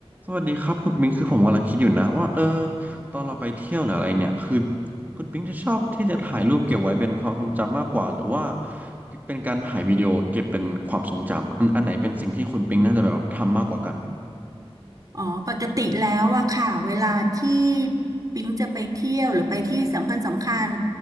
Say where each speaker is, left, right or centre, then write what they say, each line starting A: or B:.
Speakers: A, on the right (about 15°); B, on the right (about 35°).
A: สวัสดีครับคุณปิงคือผมกำลังคิดอยู่นะว่าเออตอนเราไปเที่ยวหรืออะไรเนี่ยคือคุณปิงจะชอบที่จะถ่ายรูปเก็บไว้เป็นความทรงจำมากกว่าหรือว่าเป็นการถ่ายวิดีโอเก็บเป็นความทรงจำอันอันไหนเป็นสิ่งที่คุณปิงน่าจะแบบทำมากกว่ากัน
B: อ๋อปกติแล้วอะค่ะเวลาที่ปิ๊งจะไปเที่ยวหรือไปที่สำคัญสำคัญ